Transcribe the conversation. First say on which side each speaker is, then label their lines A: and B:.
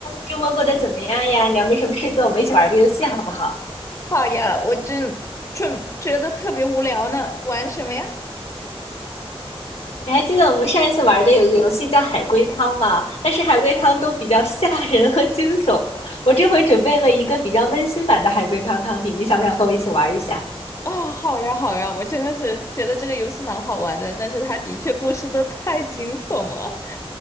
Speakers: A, on the left; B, on the left.
A: 周末过得怎么样呀？你要没什么事做，我们一起玩个游戏好不好？
B: 好呀，我真正觉得特别无聊呢，玩什么呀？
A: 你还记得我们上一次玩的有个游戏叫海龟汤吗？但是海龟汤都比较吓人和惊悚，我这回准备了一个比较温馨版的海龟汤汤底，你想不想和我一起玩一下？
B: 哦，好呀，好呀，我真的是觉得这个游戏蛮好玩的，但是它的确故事都太惊悚了，